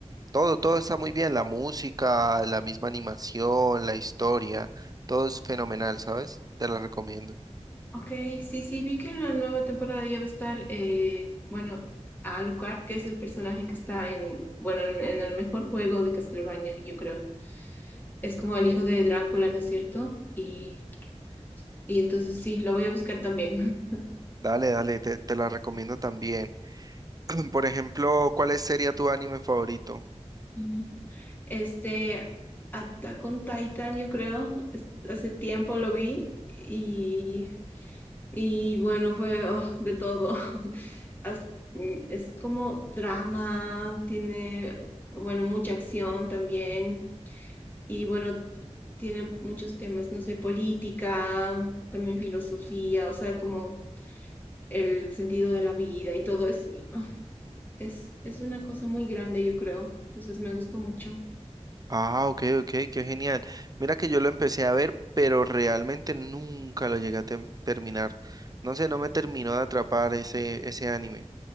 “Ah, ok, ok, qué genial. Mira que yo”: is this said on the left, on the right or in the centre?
Right